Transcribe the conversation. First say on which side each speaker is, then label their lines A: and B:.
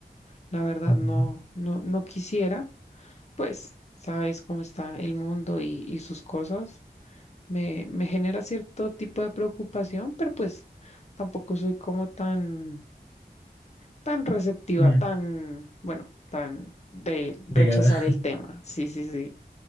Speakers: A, on the left (about 40°); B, on the left (about 15°).
A: La verdad,
B: Mm,
A: no, no, no quisiera. pues sabes cómo está el mundo y, y sus cosas. Me, me genera cierto tipo de preocupación, pero pues tampoco soy como tan, tan receptiva,
B: mm,
A: tan, bueno, tan de rechazar
B: negada.
A: el tema. Sí, sí, sí.